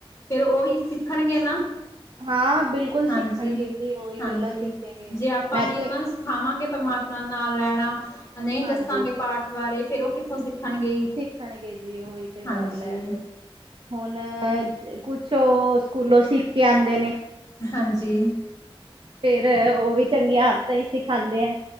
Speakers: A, on the left; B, on the right.
A: ਫੇਰ ਉਹੀ ਸਿੱਖਣਗੇ ਨਾ।
B: ਹਾਂ ਬਿਲਕੁਲ ਸਿੱਖਣਗੇ
A: ਹਾਂਜੀ-
B: ਜੀ ਉਹੀ
A: ਹਾਂਜੀ
B: ਗੱਲਾਂ ਸਿੱਖੇਗੇ।
A: ਜੇ ਆਪਾਂ
B: ਮੈਂ
A: ਨੇ
B: ਤੇ
A: ਉਹਨਾ ਨੂੰ ਸ- ਖਾਵਾਂਗੇ ਪ੍ਰਮਾਤਮਾ ਨਾ ਲੈਣਾ, ਨਹੀਂ
B: ਹਾਂਜੀ
A: ਦੱਸਾਂਗੇ ਪਾਠ ਬਾਰੇ ਫੇਰ ਉਹ ਕਿੱਥੋਂ ਸਿੱਖਣਗੇ?
B: ਸਿੱਖਣਗੇ ਜੀ ਉਹੀ ਤੇ
A: ਹਾਂਜੀ
B: ਗੱਲ ਏ। ਹੁਣ ਕੁਛ ਉਹ ਸਕੂਲੋਂ ਸਿੱਖ ਕੇ ਆਂਦੇ ਨੇ।
A: ਹਾਂਜੀ।
B: ਫੇਰ ਉਹ ਵੀ ਚੰਗੀਆਂ ਆਦਤਾਂ ਹੀ ਸਿਖਾਂਦੇ ਐ।